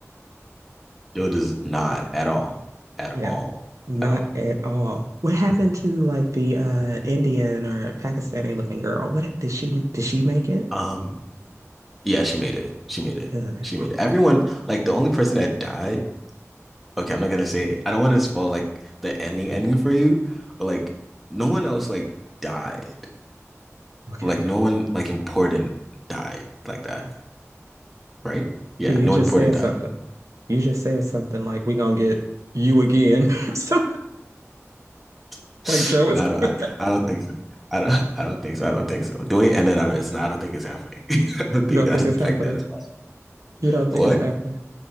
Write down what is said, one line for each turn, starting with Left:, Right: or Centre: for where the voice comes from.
Centre: Dude does not at all, at
Right: Yeah,
Centre: all,
Right: not
Centre: at all.
Right: at all. What happened to like the uh Indian or Pakistani looking girl? What did she did she make it?
Centre: Um, yeah, she made it. She made it.
Right: Good.
Centre: She made it. Everyone, like the only person that died. Okay, I'm not gonna say. I don't want to spoil like the ending ending for you, but like no one else like died.
Right: Okay.
Centre: Like no one like important died like that, right? Yeah,
Right: So you
Centre: no
Right: just
Centre: one important
Right: said something.
Centre: died.
Right: You just said something like we gonna get you again. <laughs> So
Centre: <sighs>
Right: like Joe
Centre: No,
Right: is coming
Centre: I don't, I,
Right: back. <laughs>
Centre: I don't think so. I don't, <laughs> I don't think so. I don't think so. The way it ended, I don't, it's not, I don't think it's happening. <laughs> I don't
Right: You
Centre: think
Right: don't
Centre: that
Right: think
Centre: is
Right: it's happening.
Centre: like that is possible.
Right: You don't think
Centre: But What?
Right: it's happening.